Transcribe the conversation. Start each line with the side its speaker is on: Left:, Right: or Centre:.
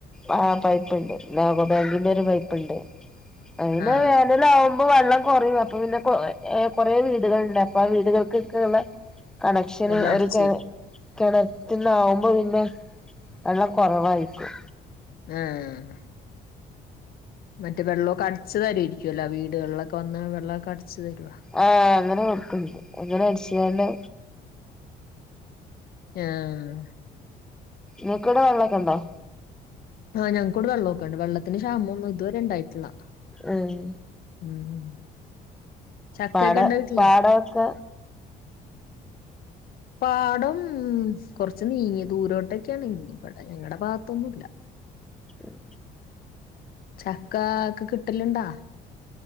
Centre: ആ പൈപ്പുണ്ട് നാ വ വെളിലൊരു പൈപ്പുണ്ട് അയിന്
Left: ആഹ്
Centre: വേനല ആവുമ്പോ വെള്ള കൊറെയും അപ്പൊ പിന്നെ കുറെ വീടുകളുണ്ട് അപ്പൊ ആ വീടുകൾക്കൊക്കെയ ഉള്ള കണക്ഷന്
Left: വെള്ളം അടിച്ച്
Centre: ഒരു കെ കിണറ്റന്ന് ആവുമ്പോ പിന്നെ വെള്ളം കൊറവായിരിക്കും.
Left: ആഹ്. മറ്റേ വെള്ളമൊക്കെ അടച്ച് തരെരിക്കല്ലോ വീടുകളിലൊക്കെ വെള്ളമൊക്കെ വന്ന് വെള്ളമൊക്കെ അടിച്ചു തരുവാ
Centre: ആഹ് അങ്ങനെ കൊടുക്കണ്ട് അങ്ങനെ അടിച്ച്കാണ്ട്
Left: യാഹ്.
Centre: നിക്കിവിടെ വെള്ളമൊക്കെ ഇണ്ടോ?
Left: ആഹ് ഞങ്ങക്കൂടെ വെള്ളമൊക്കെയുണ്ട് വെള്ളത്തിന് ക്ഷാമ ഒന്നും ഇതുവരെ ഉണ്ടായിട്ടില്ല.
Centre: ഈം.
Left: ഉം ചക്കയൊക്കെ
Centre: പാട
Left: ഉണ്ടോ വീട്ടില്
Centre: പാടവോക്കെ
Left: പാടം കൊറച്ച് നീങ്ങിയ ദൂരോട്ടൊക്കെയാണ് ഇവടെ ഞങ്ങളുടെ ഭാഗത്തൊന്നുല്ല. <inaudible>
Centre: ഉം
Left: ചക്ക ഒക്കെ കിട്ടലണ്ടാ